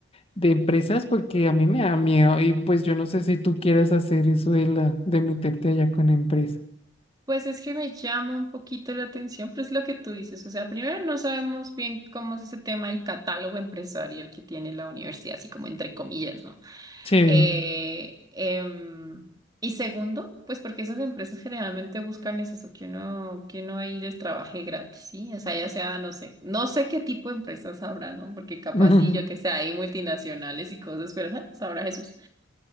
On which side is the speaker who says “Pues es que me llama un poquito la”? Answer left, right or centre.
Right